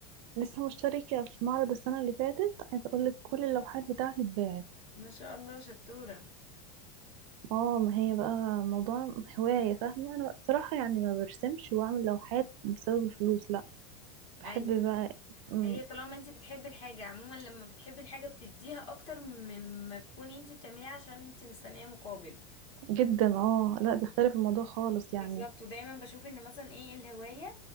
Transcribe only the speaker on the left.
ما شاء الله شطورة
ايوه
هي طالما انتي بتحبي الحاجة عموما لما بتحبي الحاجة بتديها اكتر من ما بتكوني انتي بتعمليها عشان انتي مستنية مقابل
بالظبط ودايما بشوف ان مثلا ايه الهواية